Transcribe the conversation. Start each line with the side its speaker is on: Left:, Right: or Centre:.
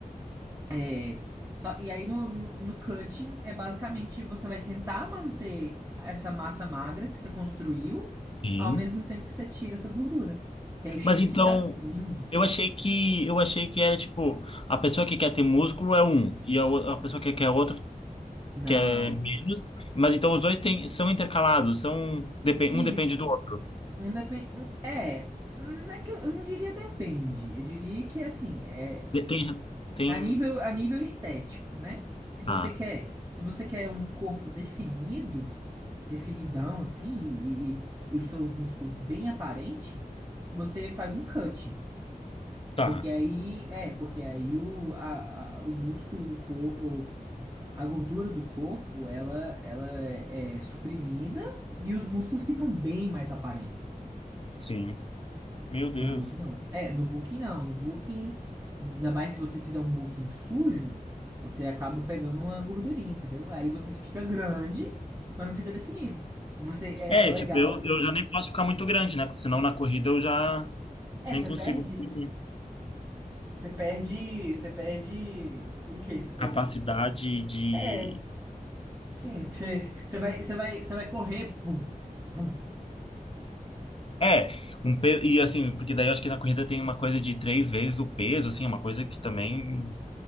Right: É, só, e aí no, no, no cutting, é basicamente você vai tentar manter essa massa magra que você construiu,
Left: Sim.
Right: ao mesmo tempo que você tira essa gordura. Que aí o shape
Left: Mas
Right: fica
Left: então,
Right: lindo.
Left: eu achei que eu achei que era tipo, a pessoa que quer ter músculo é um, e a, o- a pessoa que quer outro
Right: Não.
Left: quer menos, mas então os dois têm são intercalados, são depen-
Right: Isso.
Left: um depende do outro.
Right: Um depende. é. Não é que eu, eu não diria depende. Eu diria que assim, é
Left: De- Tem tem
Right: a nível, a nível estético, né? Se você
Left: ah,
Right: quer, se você quer um corpo definido, definidão, assim, e, e- e os seus músculos bem aparente, você faz um cutting.
Left: tá.
Right: Porque aí, é, porque aí o, a, a- o músculo do corpo, a gordura do corpo, ela, ela é suprimida e os músculos ficam bem mais aparentes.
Left: Sim. Meu Deus.
Right: No Booking não. É, no Booking não. No Booking, ainda mais se você fizer um Booking sujo, você acaba pegando uma gordurinha, entendeu? Aí você fica grande, mas não fica definido. Você é,
Left: É,
Right: é legal.
Left: tipo, eu, eu já nem posso ficar muito grande, né? Porque senão na corrida eu já
Right: É,
Left: nem
Right: você
Left: consigo
Right: perde, né?
Left: fazer
Right: Você perde, você perde o quê? Você perde.
Left: capacidade de
Right: É, sim, você, você vai, você vai, você vai correr, bum, bum.
Left: É, um pe... e assim, porque daí eu acho que na corrida tem uma coisa de três vezes o peso, assim, é uma coisa que também